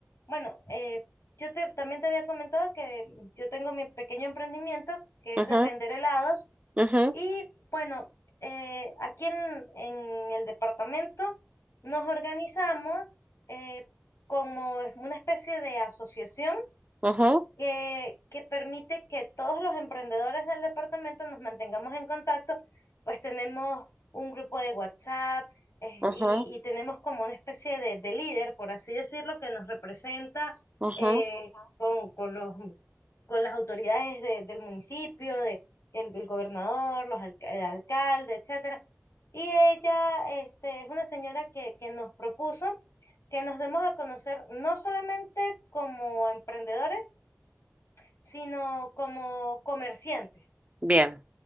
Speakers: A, on the left; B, on the right.
A: Bueno, eh, yo te- también te había comentado que yo tengo mi pequeño emprendimiento que
B: Ujú,
A: es de vender helados
B: ujú,
A: y bueno, eh, aquí en, en el departamento nos organizamos eh, como es una especie de asociación
B: ujú,
A: que, que permite que todos los emprendedores del departamento nos mantengamos en contacto, pues tenemos un grupo de WhatsApp eh,
B: ujú,
A: y, y tenemos como una especie de, de líder, por así decirlo, que nos representa
B: ujú,
A: eh, con, con los, con las autoridades de- del municipio, de, el, el gobernador, los alca- el alcalde, etcétera. Y ella este, es una señora que, que nos propuso que nos demos a conocer no solamente como emprendedores, sino como comerciantes.
B: Bien.